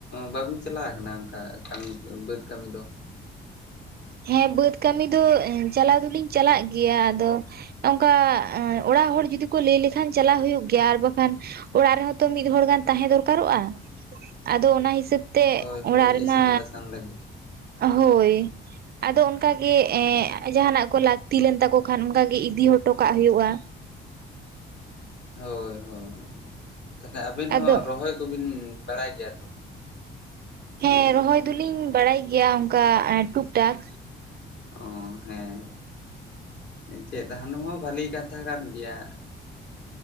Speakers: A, on the left; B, on the right.
A: ᱵᱟᱵᱤᱱ ᱪᱟᱞᱟᱣ ᱠᱟᱱᱟ ᱚᱱᱠᱟ ᱠᱟᱹᱢᱤ ᱵᱟᱹᱫᱽ ᱠᱟᱹᱢᱤ ᱫᱚ?
B: ᱦᱮᱸ ᱵᱟᱹᱫᱽ ᱠᱟᱹᱢᱤ ᱫᱚ ᱪᱟᱞᱟᱣ ᱫᱚᱞᱤᱧ ᱪᱟᱞᱟᱜ ᱜᱮᱭᱟ ᱟᱫᱚ ᱚᱱᱠᱟ ᱮᱸ ᱚᱲᱟᱜ ᱦᱚᱲ ᱡᱩᱫᱤ ᱠᱚ ᱞᱟᱹᱭ ᱞᱮᱠᱷᱟᱱ ᱪᱟᱞᱟᱜ ᱦᱩᱭᱩᱜ ᱜᱮᱭᱟ ᱟᱨ ᱵᱟᱠᱷᱟᱱ ᱚᱲᱟᱜ ᱨᱮᱦᱚᱸ ᱛᱚ ᱢᱤᱫ ᱦᱚᱲ ᱜᱟᱱ ᱛᱟᱦᱮᱸ ᱫᱚᱨᱠᱟᱨᱚᱜ-ᱟ᱾ ᱟᱫᱚ ᱚᱱᱟ ᱦᱤᱥᱟᱹᱵᱽ ᱛᱮ
A: ᱦᱳᱭ ᱦᱳᱭ
B: ᱚᱲᱟᱜ ᱨᱮᱢᱟ
A: ᱤᱥᱤᱱ ᱵᱟᱥᱟᱝ ᱞᱟᱹᱜᱤᱫ
B: ᱦᱳᱭ ᱟᱫᱚ ᱚᱱᱠᱟ ᱜᱮ ᱮᱸ ᱡᱟᱦᱟᱱᱟᱜ ᱠᱚ ᱞᱟᱹᱠ- ᱛᱤ ᱞᱮᱱ ᱛᱟᱠᱚ ᱠᱷᱟᱱ ᱚᱱᱠᱟ ᱜᱮ ᱤᱫᱤ ᱦᱚᱴᱚ ᱠᱟᱜ ᱦᱩᱭᱩᱜ-ᱟ᱾
A: ᱦᱳᱭ ᱦᱳᱭ ᱛᱟᱦᱚᱞᱮ ᱟᱵᱤᱱ
B: ᱟᱫᱚ
A: ᱦᱚᱸ ᱨᱚᱦᱚᱭ ᱠᱚᱵᱤᱱ ᱵᱟᱲᱟᱭ ᱜᱮᱭᱟ ᱛᱚ?
B: ᱦᱮᱸ ᱨᱚᱦᱚᱭ ᱫᱚᱞᱤᱧ ᱵᱟᱲᱟᱭ ᱜᱮᱭᱟ ᱚᱱᱠᱟ ᱴᱩᱠᱴᱟᱠ᱾
A: ᱚ ᱦᱮᱸ ᱪᱮᱫ ᱦᱟᱱ ᱦᱚᱸ ᱵᱷᱟᱹᱞᱤ ᱠᱟᱛᱷᱟ ᱠᱟᱱ ᱜᱮᱭᱟ᱾